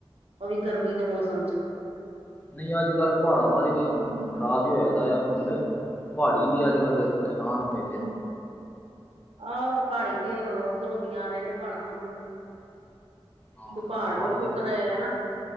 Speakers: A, on the right (about 80°); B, on the left (about 15°).
A: ਉਹ ਵੀ ਗਰਮੀ ਦੇ ਮੌਸਮ ਚ
B: ਨਹੀਂ ਅੱਜ ਕੱਲ੍ਹ ਪਹਾੜਾਂ ਬਾਰੇ ਵੀ ਹੁਣ, ਖਰਾਬ ਹੀ ਹੋਇਦਾ ਆ ਮਾਹੌਲ ਪਹਾੜੀ ਵੀ, ਅੱਜ ਕੱਲ੍ਹ ਪਰੇਸ਼ਾਨ ਹੋਏ ਦੇ ਨੇ
A: ਆਹੋ ਤੇ ਪਹਾੜੀ ਵੀ, ਓਧਰੋਂ ਦੀ ਆ ਰਹੇ ਨੇ ਪਹਾੜਾਂ ਵੱਲੋਂ ਕਿਉਂਕਿ
B: ਹਾਂ
A: ਪਹਾੜ
B: ਜਿਹੜੇ ਪਹਾੜੀ
A: ਵੀ ਟੁੱਟ
B: ਨੇ
A: ਰਹੇ ਐ ਨਾ।